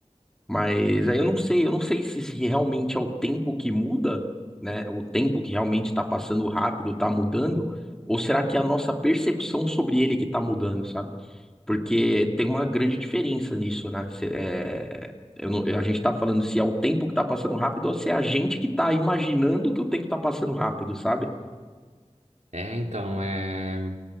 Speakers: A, in the centre; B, on the right.
A: Mas aí eu não sei, eu não sei se, se realmente é o tempo que muda, né? O tempo que realmente está passando rápido, tá mudando, ou será que é a nossa percepção sobre ele que tá mudando, sabe? Porque tem uma grande diferença nisso, né? Cê- é, eu não- a gente tá falando se é o tempo que tá passando rápido ou se é a gente que tá imaginando que o tempo tá passando rápido, sabe?
B: É, então, é...